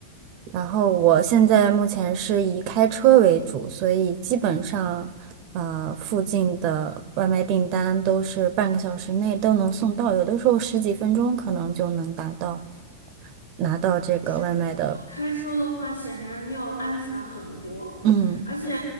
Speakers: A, on the right; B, on the right.
A: 然后我现在目前是以开车为主，所以基本上，呃，附近的外卖订单都是半个小时内都能送到，有的时候十几分钟可能就能达到拿到这个外卖的。
B: 是，如果开车的话，显然要安全很多，
A: 嗯，
B: 而且，